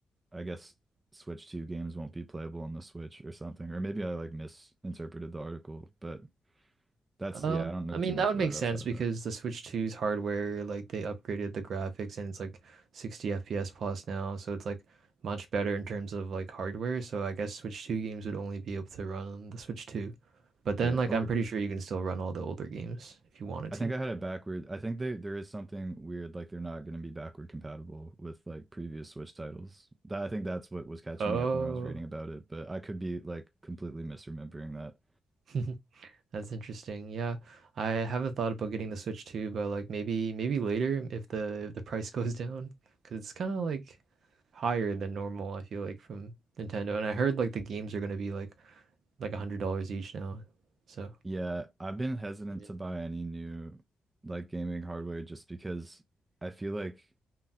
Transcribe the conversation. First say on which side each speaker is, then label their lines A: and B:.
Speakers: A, on the right; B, on the right.
A: I guess Switch 2 games won't be playable on the Switch or something. Or maybe I like misinterpreted the article, but that's
B: Uh,
A: yeah, I don't know
B: I mean
A: too much
B: that would
A: about
B: make
A: it
B: sense
A: outside of
B: because
A: that.
B: the Switch Two's hardware, like they upgraded the graphics and it's like 60 FPS plus now, so it's like much better in terms of like hardware. So I guess Switch 2 games would only be able to run on the Switch 2. But then
A: Yeah,
B: like
A: or
B: I'm pretty sure you can still run all the older games if you wanted
A: I
B: to.
A: think I had it backward. I think they there is something weird like they're not going to be backward compatible with like previous Switch titles. That I think that's what was catching
B: Oh.
A: me up when I was reading about it, but I could be like completely misremembering that.
B: <laughs> That's interesting. Yeah, I haven't thought about getting the Switch too, but like maybe maybe later if the if the price <laughs> goes down, because it's kind of like higher than normal. I feel like from Nintendo, and I heard like the games are gonna be like like a hundred dollars each now. So
A: Yeah, I've been hesitant
B: even
A: to buy any new like gaming hardware just because I feel like